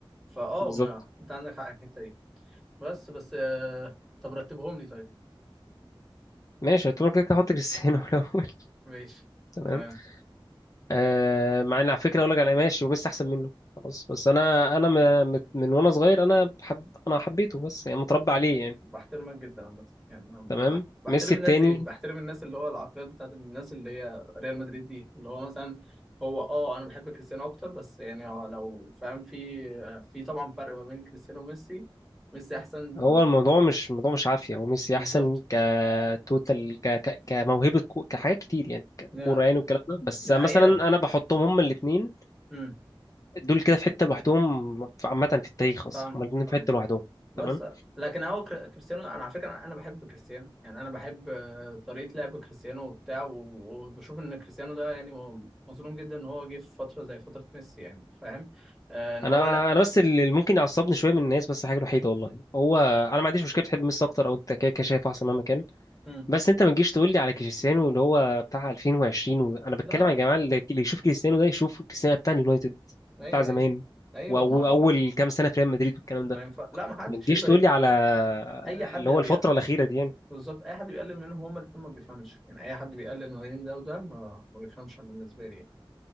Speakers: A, in the centre; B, on the left (about 40°).
A: فاه
B: بالظبط
A: ما انت عندك حق في الحتة دي بس بس آه، طب رتبهم لي طيب
B: ماشي هتقول كده كده هحط كريستيانو <laughs> الاول
A: ماشي
B: تمام
A: تمام
B: آه مع ان على فكره اقول لك على ماشي وميسي احسن منه خلاص بس انا انا م- مت- من وانا صغير انا بحب انا حبيته بس يعني متربى عليه يعني
A: بحترمك جدا عامة يعني ما-
B: تمام
A: بح- بحترم
B: ميسي
A: الناس
B: التاني
A: دي بحترم الناس اللي هو العقليات بتاعت الناس اللي هي ريال مدريد دي اللي هو مثلا هو اه انا بحب كريستيانو اكتر بس يعني هو لو فاهم في في طبعا فرق ما بين كريستيانو وميسي ميسي احسن
B: هو الموضوع مش الموضوع مش عافيه هو ميسي
A: بالظبط
B: احسن كتوتال ك... ك... كموهبه كو... كحاجات كتير يعني ككوره
A: لا،
B: يعني والكلام ده بس
A: دي
B: مثلا
A: حقيقة
B: انا بحطهم هما الاثنين
A: امم
B: دول كده في حته لوحدهم عامه في التاريخ اصلا
A: فاهمك
B: هما الاثنين
A: فاهمك
B: في حته لوحدهم
A: بس
B: تمام.
A: لكن هو كر- كريستيانو انا على فكره انا بحب كريستيانو يعني انا بحب آه، طريقه لعب كريستيانو وبتاع و- وبشوف ان كريستيانو ده يعني م- مظلوم جدا ان هو جه في فتره زي فتره ميسي يعني فاهم آه ان
B: انا
A: هو لا
B: انا بس اللي ممكن يعصبني شويه من الناس بس حاجه وحيده والله هو انا ما عنديش مشكله تحب ميسي اكتر او انت كده كده شايف احسن مهما كان
A: مم.
B: بس انت ما تجيش تقول لي على كريستيانو اللي هو بتاع 2020 و... انا بتكلم
A: لا
B: يا
A: لا
B: جماعه اللي اللي يشوف كريستيانو ده يشوف كريستيانو بتاع اليونايتد
A: ايوه
B: بتاع زمان
A: ايوه ايوه
B: واول
A: ما هو-
B: كام سنه في ريال مدريد والكلام ده
A: ما ينفع لا ما حدش
B: ما تجيش
A: يقدر
B: تقول
A: يق-
B: لي على
A: اي حد
B: اللي
A: بيقل
B: هو الفتره الاخيره دي يعني
A: بالظبط اي حد بيقلل منهم هما الاثنين ما بيفهمش يعني اي حد بيقلل ما بين ده وده ما ما بيفهمش أنا بالنسبه لي يعني.